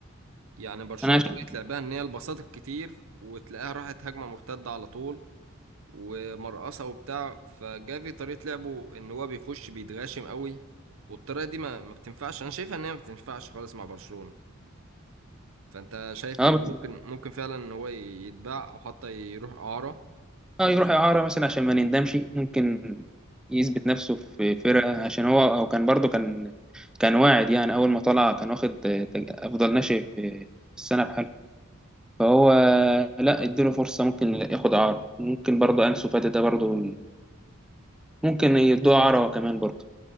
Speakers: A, on the right (about 80°); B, in the centre.
A: يعني برشلونة
B: أنا عشان
A: طريقة لعبها ان هي البساط الكتير وتلاقيها راحت هجمة مرتدة على طول ومرقصة وبتاع فجافي طريقة لعبه ان هو بيخش بيتغاشم قوي والطريقة دي ما ما بتنفعش انا شايفها ان هي ما بتنفعش خالص مع برشلونة فانت شايف
B: أه
A: ان
B: بس
A: ممكن ممكن فعلا ان هو يتباع او حتى يروح اعارة
B: أه يروح إعارة مثلا عشان ما نندمش ممكن يثبت نفسه في فرقة عشان هو أو كان برضه كان كان واعد يعني أول ما طلع كان واخد آه، تج- أفضل ناشئ في السنة بحاله فهو لا اديله فرصة ممكن ياخد إعارة ممكن برضه أنسو فاتي ده برضه ممكن يدوها عرا كمان برضه